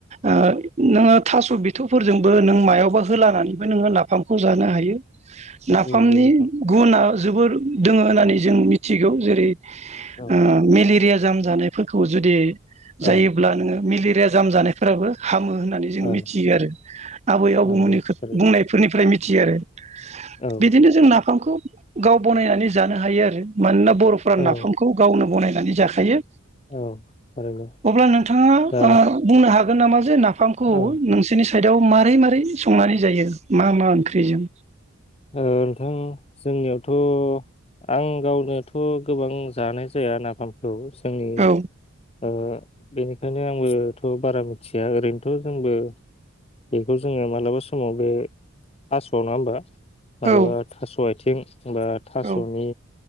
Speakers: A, on the right; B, on the left.
A: ओ नोङो थास' बिथ'फोरजोंबो नों मायावबा होलानानैबो नोङो नाफामखौ जानो हायो नाफामनि
B: नंगौ नोंथां
A: गुना जोबोर दोङो होननानै जों मिथिगौ जेरै
B: औ
A: आ मेलेरिया जाम जानायफोरखौ जुदि जायोब्ला
B: औ
A: नोङो मिलिर जाया जाम जानायफोराबो हामो होननानै जों
B: औ
A: मिथियो आरो आबै आबौमोननि
B: नंगौ थारैनो
A: बुंनायफोरनिफ्राय थि आरो
B: औ
A: बिदिनो जोंना खौ गाव बनायना नै जानो हायो आरो। मानोना बर'फोरा
B: औ
A: नाफामखौ गावनो बनाय नानै जाखायो।
B: औ थारैनो
A: अब्ला नोंथाङा
B: दा
A: ओ बुंनो हागोन नामा जे नाफामखौ
B: औ
A: नोंसोरनि सायदाव मारै मारै संनानै जायो मा मा ओंख्रिजों
B: ओ नोंथां जोंनियावथ' आं गावनोथ' गोबां जानाय जाया नाफामखौ जोंनि
A: औ
B: ओ बेनिखायनो आंबोथ' बारा मिथिया ओरैनोथ' जोंबो बेखौ जोङो मालाबा समावबो थास' नङा होमबा। मालाबा
A: औ
B: थास' आयथ थिं बा थास'नि
A: औ